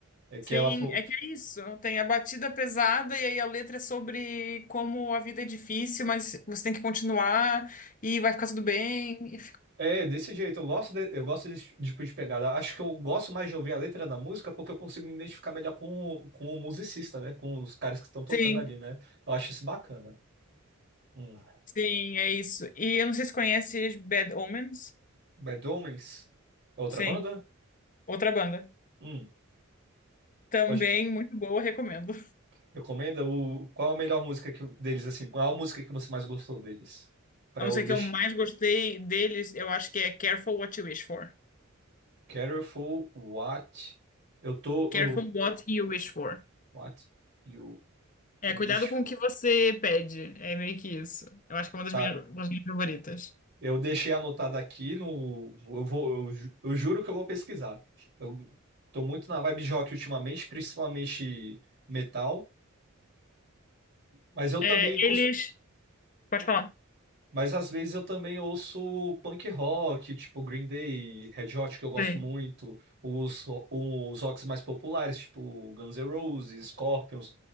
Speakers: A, on the right; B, on the left.
A: É que
B: Sim,
A: ela falou.
B: é que é isso. Tem a batida pesada e aí a letra é sobre como a vida é difícil, mas você tem que continuar e vai ficar tudo bem.
A: É, desse jeito, eu gosto de, eu gosto desse tipo de pegada. Acho que eu gosto mais de ouvir a letra da música porque eu consigo me identificar melhor com, o- com o musicista, né? Com os caras que estão tocando
B: Sim.
A: ali, né? Eu acho isso bacana. Hum.
B: Sim, é isso. E eu não sei se conhece Bad Omens.
A: Bad Omens? É Outra
B: Sim,
A: banda?
B: outra banda.
A: Hum,
B: Também
A: pode.
B: muito boa, recomendo.
A: Recomenda o. Qual a melhor música que... deles, assim? Qual a música que você mais gostou deles? Pra
B: A
A: eu
B: música
A: deixar.
B: que eu mais gostei deles, eu acho que é Careful What You Wish For.
A: Careful what eu tô.
B: Careful
A: eu-
B: What You Wish For.
A: What you
B: É,
A: wish
B: cuidado
A: for.
B: com o que você pede. É meio que isso. Eu acho que é uma das
A: Tá.
B: minhas, uma das minhas favoritas.
A: Eu deixei anotado aqui no. Eu vou. Eu, ju- eu juro que eu vou pesquisar. Eu tô muito na vibe de rock ultimamente, principalmente metal. Mas eu
B: É,
A: também costumo.
B: eles. Pode falar.
A: Mas às vezes eu também ouço punk rock, tipo Green Day, Red Hot, que eu gosto
B: Sim.
A: muito, os, os rocks mais populares, tipo Guns N' Roses, Scorpions.